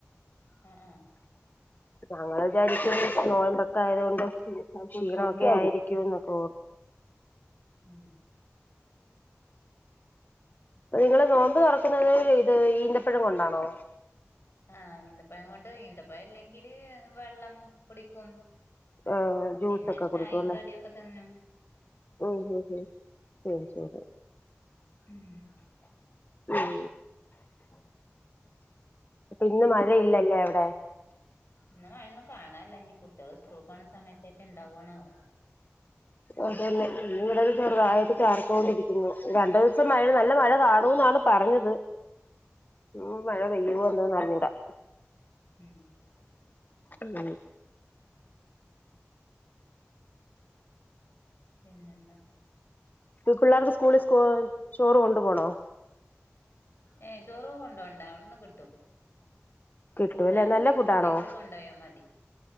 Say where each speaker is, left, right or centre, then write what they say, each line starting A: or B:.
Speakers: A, on the left; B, on the left.
A: ആ ആ
B: ഞങ്ങള് വിചാരിക്കും നോമ്പൊക്കെ ആയതോണ്ട് ക്ഷീണൊക്കെ
A: ഉം
B: ആയിരിക്കൂന്ന്. ഓ
A: ഉം
B: നിങ്ങള് നോമ്പ് തൊറക്കുന്നത് ഇത് ഈന്തപ്പഴം കൊണ്ടാണോ?
A: ആഹ് ഈന്തപ്പഴം കൊണ്ട് ഈന്തപ്പഴം ഇല്ലെങ്കില് വെള്ളം കുടിക്കും.
B: ഏഹ് ജ്യൂസൊക്കെ
A: പിന്നെ ചായേം
B: കുടിക്കും അല്ലേ
A: കടിയൊക്കെ തിന്നും.
B: ഉം ഊഹും ഉം
A: ഉം
B: ഊം പിന്നെ മഴയില്ലല്ലേ അവിടെ
A: ഇന്ന് മഴയൊന്നും കാണാനില്ല ഇനി കുട്ടികള് സ്കൂൾക്ക് പോണ സമയത്താറ്റ ഇണ്ടാവ്വാണാവോ
B: അതന്നെ ഇന്നിവിടെ ചെറ്തായിട്ട് ചാറിക്കോണ്ടിരിക്കുന്നു. രണ്ട് ദിവസം മഴ നല്ല മഴ കാണൂന്നാ ന്ന് പറഞ്ഞത്. ഉം മഴ പെയ്യുവോ എന്തോ അറിഞ്ഞൂടാ
A: ഉം
B: ഉം
A: പിന്നെന്താ
B: പിള്ളേർക്ക് സ്കൂളിൽ സ്കൂ ചോറ് കൊണ്ട് പോണോ?
A: ഏ ചോറന്നും കൊണ്ടോണ്ട അവിടന്ന് കിട്ടും.
B: കിട്ടുവല്ലേ
A: കൂട്ടാൻ എന്തെങ്കിലും
B: നല്ല ഫുഡാണോ
A: ഉണ്ടെങ്കില് കൊണ്ടോയാ മതി.